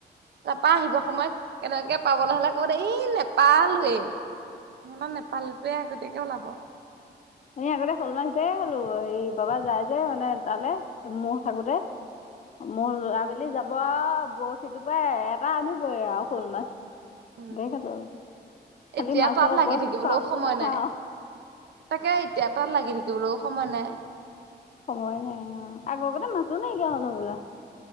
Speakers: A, on the right (about 70°); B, on the left (about 45°).
A: তাৰাপা আহিব সময়ত কেনেকে পাবলৈ হ'লে ক'ব দ এই নেপালেই। ম মান নেপালটোৱে আগতীয়াকে ওলাব। অ
B: এনে আগতে শ'ল মাছ ধেই খালো হেৰি বাবা যাই যে মানে তালে ম থাকোতে। মোৰ আবেলি যাব। ব বৰশী টুপাই পৰা এটা আনিবই আৰু শ'ল মাছ।
A: উম
B: ধেই খালো আগতে খালি
A: এতিয়া
B: মাছৰ
A: তাত লাগি
B: ওপৰত
A: থাকিবলৈও
B: ছালটো
A: সময়
B: নাখাওঁ।
A: নাই তাকে এতিয়া তাত লাগি থাকিবলৈও সময় নাই।
B: সময় নাই অ, আগৰ কতে মাছো নাইকিয়া হ'ল হবলা।